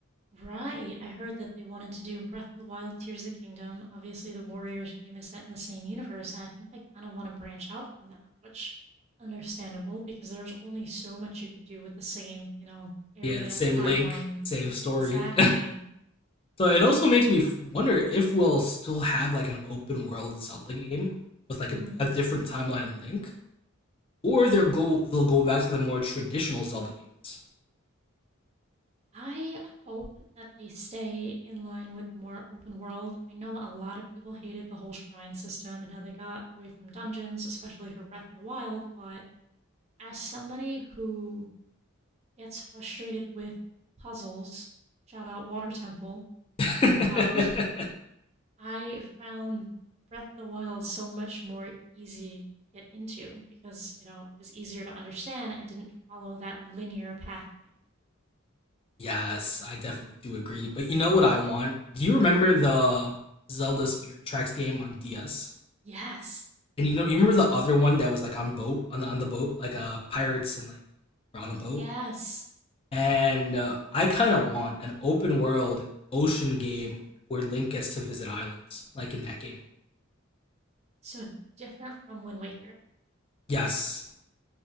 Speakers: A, on the right; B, on the left.
A: Right. I heard that they wanted to do Breath of the Wild, Tears of the Kingdom. Obviously, the Warriors game is set in the same universe, and I think they kind of want to branch out from that, which understandable because there's only so much you could do with the same, you know, area
B: Yeah, the same
A: timeline.
B: link, same story.
A: Exactly.
B: <laughs> so it also makes me wonder if we'll still have like an open world Zelda game with like
A: hmm
B: a, a different timeline link or they'll go they'll go back to the more traditional Zelda games.
A: I hope that they stay in line with the more open world. I know a lot of people hated the whole shrine system and how they got away from dungeons, especially for Breath of the Wild, but as somebody who gets frustrated with puzzles, shout out Water Temple,
B: <laughs>
A: um, <laughs> I found Breath of the Wild so much more easy to get into because, you know, it was easier to understand and didn't follow that linear pathway.
B: yes, I definitely do agree. But you know what I want? Do you remember the Zelda Spirit Tracks game on DS?
A: Yes.
B: And you know you remember the other one that was like on boat on the on the boat like uh pirates and like on a boat.
A: Yes.
B: And uh, I kind of want an open world ocean game where Link gets to visit islands like in that game.
A: So different from Wind Waker.
B: Yes,